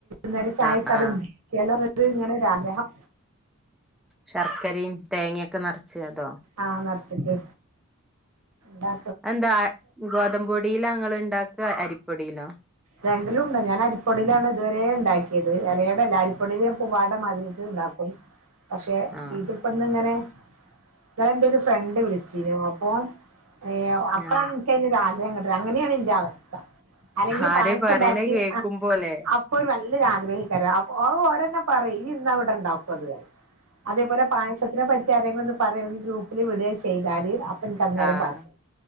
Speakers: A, on the right; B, in the centre.
A: ന്നേരം ചായക്കത്
B: ആഹ് ആഹ്
A: ലോന്നൊര് ഇങ്ങനൊരാഗ്രഹം.
B: ശർക്കരിം തേങ്ങിയൊക്കെ ന്നെർച്ച് അതോ?
A: ആഹ് നെർച്ച്ട്ട് ന്താ
B: എന്താ ഗോതമ്പൊടിലാ ങ്ങള്ണ്ടാക്ക് അരിപ്പൊടിലോ?
A: രണ്ടിലുണ്ട്. ഞാന് അരിപ്പൊടിയിലാണ് ഇതുവരെ ണ്ടാക്കിയത് എലയടല്ല അരിപ്പൊടിൽ ഞാൻ പൂവാട മാതിരിക്ക് ഉണ്ടാക്കും. പക്ഷെ
B: ആഹ്
A: ഇത്പ്പൊന്ന്ങ്ങനെ ന്നലെന്റൊരു ഫ്രണ്ട് വിളിച്ചീനു അപ്പൊ ഏ അപ്പളാണ്ൻക്കെയ്നൊരാഗ്രഹ
B: ആഹ്
A: ങ്ങട്ട് അങ്ങനെണ് ന്റെ അവസ്ഥ ആരെങ്കിലും
B: ആരേ
A: പായസണ്ടാക്കി
B: പറയണ കേക്കുമ്പോലെ
A: അ ഇപ്പൊര് വല്ല്യൊര് ആഗ്രഹെയ്ക്കാരം അയ് ഓരെന്നെ പറയിം യ്യ്ന്നാ വെടണ്ടാക്കുഅത്. അതേപോലെ പായസത്തിനെപ്പറ്റി ആരെങ്ങിലൊന്ന് പറ്യേ ഒന്ന് ഗ്രൂപ്പില് വിടേ ചെയ്താല്. അന്നേരം
B: ആഹ്
A: പായസം